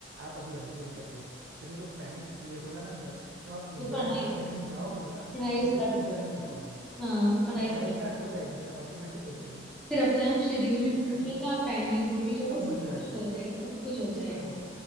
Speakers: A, on the right; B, in the centre.
A: आप अभी अनप्लेस्ड बैठे हो फिर वो जो पैनिक क्रिएट होगा ना अंदर तो आप इंजॉयमेंट
B: तो पढ़ाई
A: करने कहीं जाओगे भी ना
B: पढ़ाई
A: तो
B: स्टार्ट
A: भी आप इंजॉय नहीं कर पाओगे
B: हाँ पढ़ाई
A: और पढ़ाई
B: start-
A: स्टार्ट हो जाएगी ऑटोमेटिक हो जाएगी
B: फिर अपने आप शेड्यूल भी
A: वो
B: बन
A: पैनिक
B: जाएगा आप टाइमली उठ भी जाओगे
A: सब
B: सब
A: बन जाएगा
B: कुछ हो जाएगा सब कुछ हो जाएगा
A: हाँ।